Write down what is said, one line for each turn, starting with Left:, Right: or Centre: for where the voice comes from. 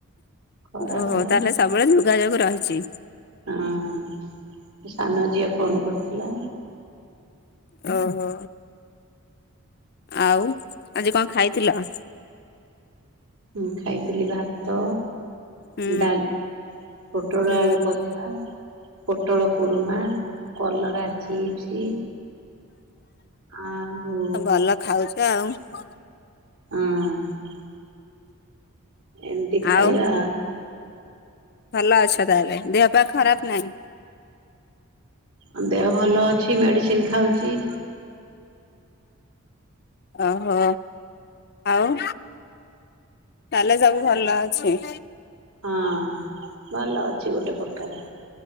Right: ଖରାବେଳେ
Left: ଓହୋ ତାହେଲେ ସବୁବେଳେ ଯୋଗାଯୋଗ ରହିଛି।
Right: ହଁ। ସାନ ଝିଅ ଫୋନ କରିଥିଲା।
Left: ଓହୋ, ଆଉ ଆଜି କଣ ଖାଇଥିଲ?
Right: ମୁଁ ଖାଇଥିଲି ଭାତ
Left: ହୁଁ
Right: ଡାଲ ପୋଟଳ
Left: ହୁଁ
Right: ଆଳୁ କ ଆ ପୋଟଳ କୁରୁମା କଲରା ଚିପ୍ସ ଆଉ
Left: ଭଲ <unintelligible>
Right: ହଁ। ଏମିତି ଖାଇବା
Left: ଆଉ ଭଲ ଅଛ ତାହେଲେ ଦେହ ପା ଖରାପ୍ ନାହିଁ?
Right: ମୋ ଦେହ ଭଲ ଅଛି ମେଡିସିନ ଖାଉଛି।
Left: ଓହୋ ଆଉ? ତାହେଲେ ସବୁ ଭଲ ଅଛି।
Right: ହଁ, ଭଲ ଅଛି ଗୋଟେ ପ୍ରକାର।